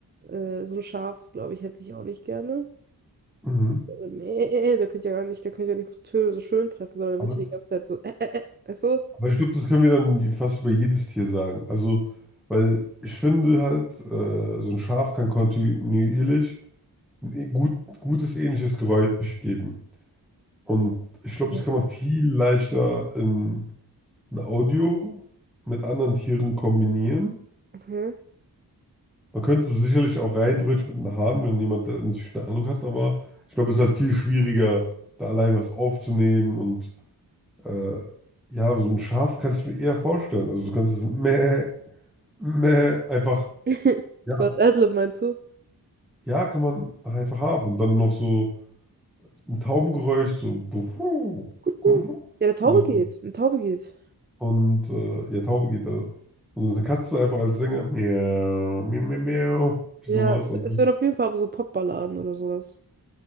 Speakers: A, on the right (about 25°); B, in the centre.
A: äh, so ein Schaf, glaube ich, hätte ich auch nicht gerne. <laughs>
B: mhm.
A: Äh, Mäh, Der könnte ja gar nicht, der könnte ja nicht so Töne so schön treffen, sondern der
B: aber,
A: wird ja die ganze Zeit so, äh, äh, äh, weißt du?
B: aber ich glaube, das können wir dann je- fast über jedes Tier sagen. Also, weil ich finde halt, äh, so ein Schaf kann kontinuierlich ein e- gut, gutes ähnliches Geräusch geben. Und ich glaube,
A: Ja.
B: das kann man viel leichter in ein Audio mit anderen Tieren kombinieren.
A: Mhm.
B: Man könnte es sicherlich auch rein theoretisch mit den Haaren, wenn jemand da natürlich eine Ahnung hat, aber ich glaube, es ist halt viel schwieriger, da allein was aufzunehmen und äh, ja, so ein Schaf kann ich mir eher vorstellen. Also du kannst es meh, meh, einfach,
A: <laughs>
B: ja,
A: So als Adlib meinst du?
B: ja, kann man einfach haben und dann noch so ein Taubengeräusch, so gurru,
A: <laughs>
B: gurru,
A: Ja, der Taube
B: noch.
A: geht. Eine Taube geht.
B: und äh, ja, Taube geht da. Und eine Katze einfach als Sänger, miau, miau, miau, miau, sowas.
A: Ja, es
B: Also,
A: es wären auf jeden Fall aber so Popballaden oder sowas.